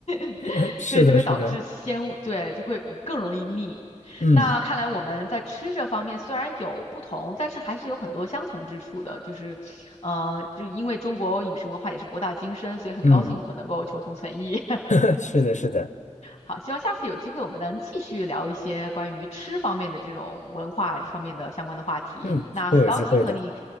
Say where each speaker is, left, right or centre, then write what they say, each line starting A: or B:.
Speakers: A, on the left; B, on the left.
A: <laughs>
B: <laughs> 是的，
A: 所以就会导致鲜物对，
B: 是的，
A: 就会更容易腻。
B: 嗯
A: 那看来我们在吃这方面虽然有不同，但是还是有很多相同之处的，就是，呃，就因为中国饮食文化也是博大精深，所以很高兴我们能够求同存异。
B: 嗯，<laughs> 是的，是的，
A: 好，希望下次有机会我们能继续聊一些关于吃方面的这种文化这方面的相关的话题。
B: 嗯，
A: 那很高兴和你
B: 会有机会的，